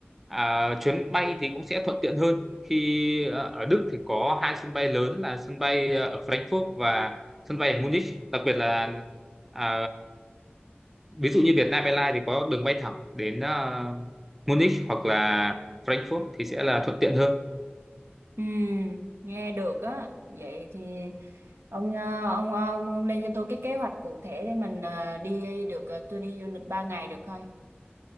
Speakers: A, in the centre; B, on the right (about 80°).
A: à, chuyến bay thì cũng sẽ thuận tiện hơn khi ờ, ở Đức thì có hai sân bay lớn là sân bay ờ, ở Frankfurt và sân bay ở Munich đặc biệt là à, ví dụ như Vietnam Airlines thì có đường bay thẳng đến à, Munich hoặc là Frankfurt thì sẽ là thuận tiện hơn
B: Ừ, nghe được á. Vậy thì Ông, ờ, ông ông ông lên cho tôi cái kế hoạch cụ thể để mình ờ, đi được ờ, tôi đi du lịch 3 ngày được thôi.